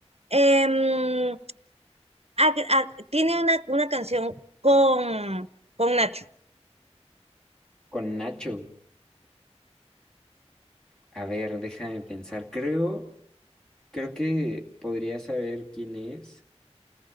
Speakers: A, on the right (about 65°); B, in the centre.
A: Em, ag- ag- tiene una, una canción con, con Nacho.
B: con Nacho. A ver, déjame pensar. Creo, creo que podría saber quién es.